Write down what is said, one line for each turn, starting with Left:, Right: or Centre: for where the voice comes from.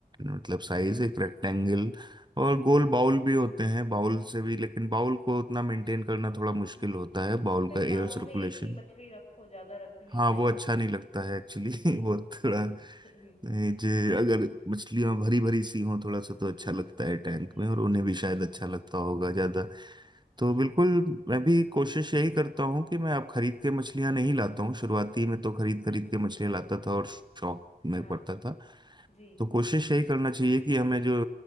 Right: मतलब साइज एक रेक्टेंगल और गोल बाउल भी होते हैं बाउल से भी लेकिन बाउल को उतना मेंटेन करना थोड़ा
Left: जी
Right: मुश्किल होता है बाउल
Left: फिर
Right: का एयर
Left: बाउल
Right: सर्कुलेशन
Left: में एक ही मछली रखो ज्यादा रख भी नहीं
Right: हाँ
Left: पाएंगे
Right: वो अच्छा नहीं लगता है
Left: जी
Right: एक्चुअली <laughs>
Left: जी
Right: वो थोड़ा
Left: <laughs>
Right: ए, जे अगर मछलियां भरी भरी सी हों थोड़ा सा तो अच्छा लगता है टैंक
Left: जी
Right: में और
Left: जी
Right: उन्हें भी शायद अच्छा लगता होगा ज्यादा तो
Left: जी
Right: बिल्कुल मैं भी कोशिश यही करता हूँ कि मैं अब खरीद के मछलियां नहीं लाता हूँ शुरुआती में तो खरीद खरीद के मछलियां लाता था और शौक
Left: हाँ
Right: में पड़ता था
Left: जी
Right: तो कोशिश यही करना चाहिए कि हमें जो